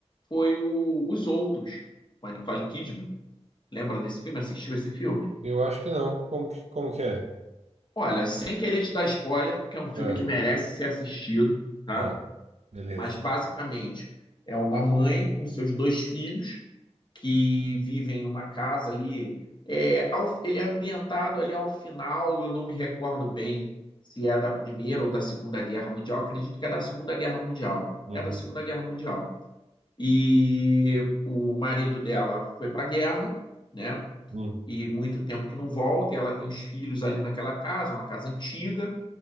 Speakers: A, on the left; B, on the right.
A: foi o- Os Outros, com a Nicole Kidman. Lembra desse filme? Assistiu esse filme?
B: Eu acho que não. Como que, como que é?
A: Olha, sem querer te dar spoiler, porque é um filme
B: Ah,
A: que merece ser assistido, tá?
B: ah, beleza.
A: Mas basicamente é uma mãe com seus dois filhos que vivem numa casa ali. É, ao- ele é ambientado ali ao final, eu não me recordo bem se é da Primeira ou da Segunda Guerra Mundial, acredito que é da Segunda Guerra Mundial.
B: Uhum,
A: É da Segunda Guerra Mundial. E o marido dela foi para a guerra, né?
B: uhum,
A: e muito tempo que não volta, e ela tem os filhos ali naquela casa, uma casa antiga,